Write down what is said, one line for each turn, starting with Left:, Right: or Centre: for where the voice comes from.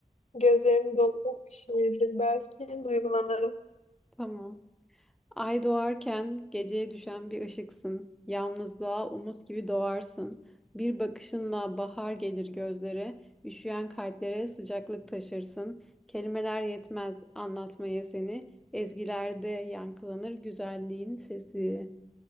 Left: gözlerim dolacak bir şeydir belki. Duygulanırım.
Centre: Tamam. Ay doğarken geceye düşen bir ışıksın. Yalnızlığa umut gibi doğarsın. Bir bakışınla bahar gelir gözlere, üşüyen kalplere sıcaklık taşırsın. Kelimeler yetmez anlatmaya seni. Ezgilerde yankılanır güzelliğin sesi.